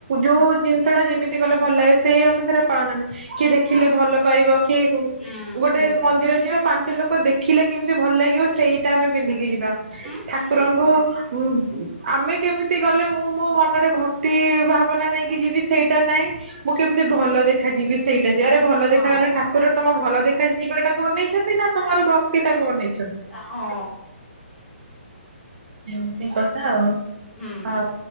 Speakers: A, on the right (about 50°); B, in the centre.
A: ଯୋଉ ଜିନିଷଟା ଯେମିତି କେମିତି କଲେ ଭଲ ଲାଗିବ ସେଇ ଅନୁସାରେ ଆଉ ପାଳୁ ନାହାନ୍ତି କିଏ ଦେଖିଲେ ଭଲ ପାଇବ କିଏ ଗୁମ୍
B: ହୁଁ
A: ଗୋଟେ ମନ୍ଦିର ଯିବ ପାଞ୍ଚ ଲୋକ ଦେଖିଲେ କେମିତି ଭଲ ଲାଗିବ ସେଇଟା ଆମେ ପିନ୍ଧିକି ଯିବା।
B: ହୁଁ
A: ଠାକୁରଙ୍କୁ
B: ହୁଁ
A: ଉଁ ଉଁ ଆମେ କେମିତି ଗଲେ ମୁଁ ମୋ ମନରେ ଭକ୍ତି ଭାବନା ନେଇକି ଯିବି ସେଇ ଟା ନାଇଁ ମୁଁ କେମିତି ଭଲ ଦେଖାଯିବି ସେଇ ତେଜ ରେ ଭଲ ଦେଖାଗଲେ
B: ହଁ
A: ଠାକୁର ତମ ଭଲ ଦେଖାଯିବା ଟାକୁ ଅନେଇ ଛନ୍ତି ନା ତମର ଭକ୍ତି ଟାକୁ ଅନେଇଛନ୍ତି ।
B: ହଁ
A: ଏମ୍ତି କଥା ଆଉ
B: ହୁଁ
A: ଆଉ